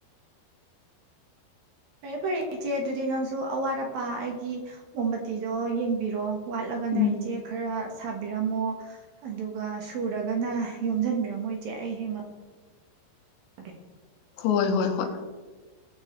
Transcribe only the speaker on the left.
ꯎꯝ
ꯍꯣꯏ ꯍꯣꯏ ꯍꯣꯏ